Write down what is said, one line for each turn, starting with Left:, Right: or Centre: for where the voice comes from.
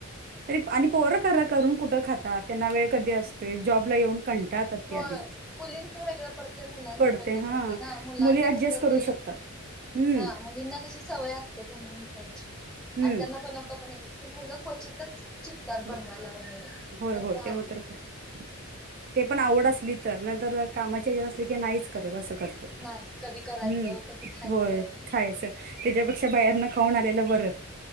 Right: तरी आणि पोरं खर करून कुठं खातात त्यांना वेळ कधी असतोय जॉबला येऊन कंटाळतात
Centre: होय
Right: ते आधीच
Centre: मुलींचं वेगळं पडतंय मुलांचं
Right: पडते
Centre: वेगळं
Right: हां,
Centre: पडतंय ना मुलांना
Right: मुली ॲडजस्ट
Centre: कसं
Right: करू
Centre: ते
Right: शकतात. हं,
Centre: हा मुलींना कशी सवय असते. बनवून खायची
Right: हं.
Centre: आणि त्यांना बनवता पण मुलं क्वचितच शिकतात
Right: हो,
Centre: बनवायला वगैरे
Right: होय,
Centre: तर
Right: होय.
Centre: फार
Right: ते मात्र खरं. ते पण आवड असली तर कामाच्या हेचात असलं की नाहीच करत असं करतात
Centre: नाही कधी करायचं
Right: हम्म
Centre: कधी खायचं
Right: होय <unintelligible> त्याच्यापेक्षा बाहेर न खाऊन आलेलं बर